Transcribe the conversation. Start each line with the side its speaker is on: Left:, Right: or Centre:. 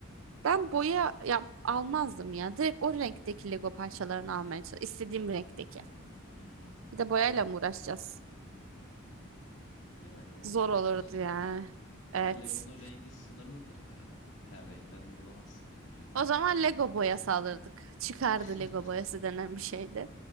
Right: Ben boya yap almazdım ya. Direkt o renkteki Lego parçalarını almaya çalışıyorum. İstediğim renkteki.
Left: Hmm.
Right: Bir de boyayla mı uğraşacağız?
Left: Yani o
Right: Zor
Left: da olabilir.
Right: olurdu yani. Evet.
Left: Ama Lego'nun rengi sınırlıdır ya. Her renkten de bulamazsın bence.
Right: O zaman Lego boyası alırdık. Çıkardı
Left: <laughs>
Right: Lego boyası denen bir şeydi.